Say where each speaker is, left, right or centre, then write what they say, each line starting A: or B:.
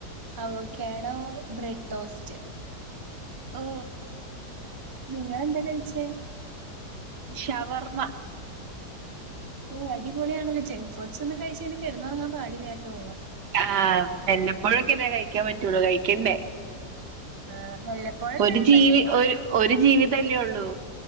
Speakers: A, on the right (about 20°); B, on the right (about 75°).
A: Avocado bread toast.
B: ഓ.
A: നിങ്ങളെന്താ കഴിച്ചേ?
B: ഷവർമ്മ.
A: ഹോ അടിപൊളിയണല്ലോ ജംഗ് ഫുഡ്സൊന്നും കഴിച്ചങ്ങനെ കെടന്നുറങ്ങാൻ പാടില്ലാട്ടോ
B: ആഹ് വല്ലപ്പോഴൊക്കെല്ലേ കഴിക്കാൻ പറ്റൊള്ളൂ കഴിക്കണ്ടേ.
A: ആ വല്ലപ്പോഴൊക്കെയാണെ
B: ഒരു ജീവി
A: പ്രശ്നമില്ല
B: ഒരു ഒരു ജീവിതല്ലേ ഒള്ളൂ.